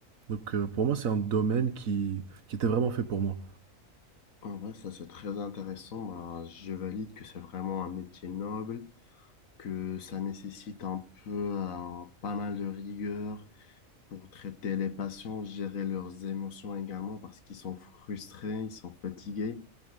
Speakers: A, on the right; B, on the left.
A: Donc euh, pour moi, c'est un domaine qui, qui était vraiment fait pour moi.
B: En vrai, ça c'est très intéressant. Bah, je valide que c'est vraiment un métier noble, que ça nécessite un peu un- pas mal de rigueur pour traiter les patients, gérer leurs émotions également parce qu'ils sont frustrés, ils sont fatigués.